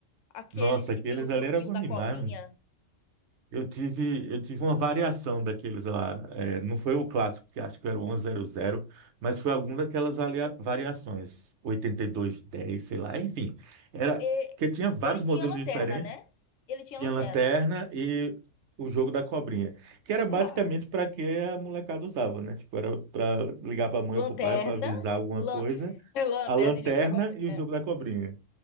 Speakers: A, on the left; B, on the right.
A: Aqueles
B: Nossa,
A: que
B: aqueles
A: tinham o
B: ali
A: joguinho
B: era bom
A: da
B: demais.
A: cobrinha.
B: Eu tive, eu tive uma variação daqueles lá. É, não foi o clássico, que acho que era o onze zero zero, mas foi alguma daquelas varia- variações. oitenta e dois dez sei lá. Enfim, era
A: E-
B: porque tinha vários
A: ele tinha
B: modelos
A: lanterna,
B: diferentes.
A: né? Ele tinha
B: Tinha
A: lanterna.
B: lanterna e o jogo da cobrinha, que era
A: Claro.
B: basicamente para que a molecada usava, né? Tipo, era para ligar para a mãe
A: Lanterna,
B: ou para o pai para avisar alguma
A: lanterna,
B: coisa.
A: <laughs> lanterna
B: A lanterna
A: e jogo da cobrinha.
B: e o jogo da cobrinha.